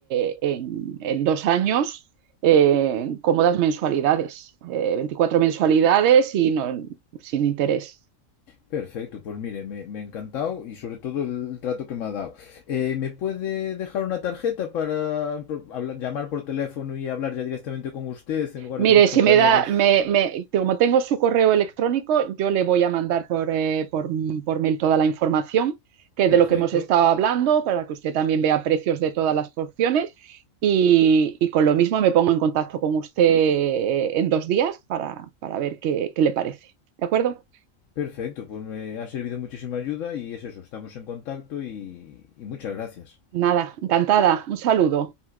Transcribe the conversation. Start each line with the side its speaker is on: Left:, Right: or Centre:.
Right: eh, en, en dos años eh, en cómodas mensualidades, eh, 24 mensualidades y no, sin interés.
Left: perfecto. Pues mire, me, me ha encantado y sobre todo el trato que me ha dado. Eh, ¿me puede dejar una tarjeta para pro- hablar- llamar por teléfono y hablar ya directamente con usted en lugar
Right: Mire,
Left: de con sus
Right: si
Left: compañeros?
Right: me da, me, me- como tengo su correo electrónico, yo le voy a mandar por, eh, por, por mail toda la información que
Left: Perfecto.
Right: de lo que hemos estado hablando para que usted también vea precios de todas las porciones y, y con lo mismo me pongo en contacto con usted eh, en dos días para, para ver qué, qué le parece. ¿De acuerdo?
Left: Perfecto, pues me ha servido muchísima ayuda y es eso, estamos en contacto y y muchas gracias.
Right: Nada, encantada. Un saludo.